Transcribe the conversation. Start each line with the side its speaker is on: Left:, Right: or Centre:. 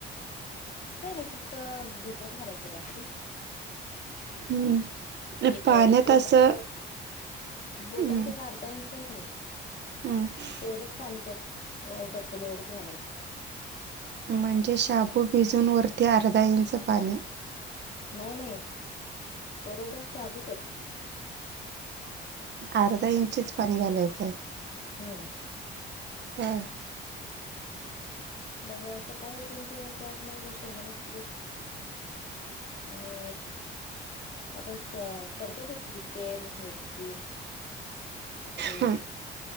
Left: काय नाही फक्त, भिजवत घालायचंय रात्री.
Right: हम्म
Left: एक
Right: पाण्यात
Left: बोटाच.
Right: असं
Left: बोटाच
Right: हम्म
Left: एक अर्धा इंच आहे की नाही,
Right: हम्म
Left: तेवढंच पाणी त्यात अ बसल एवढंच घालायचं.
Right: म्हणजे, शाबू भिजून वरती अर्धा इंच पाणी.
Left: नाही, नाही बरोबर शाभूतच.
Right: अर्धा इंचीच पाणी घालायचं.
Left: हम्म,
Right: होय,
Left: मग सकाळी उठून ते त्यात मग शेंगदानाच कुठ. आणि, आपण करते तसच की तेल, मिरची, मीठ
Right: ह, ह,